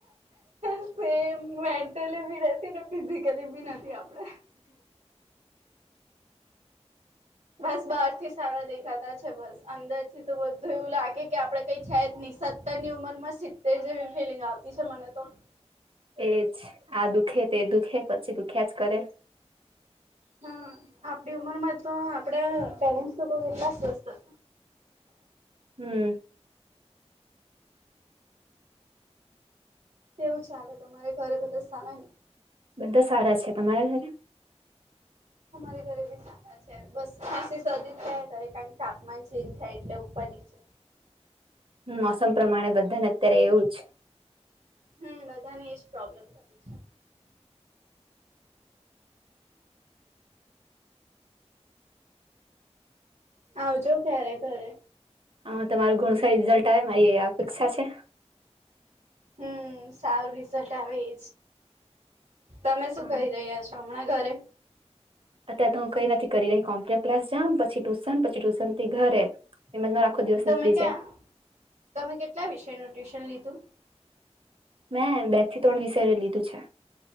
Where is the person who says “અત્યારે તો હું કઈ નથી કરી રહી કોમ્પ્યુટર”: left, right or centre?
Right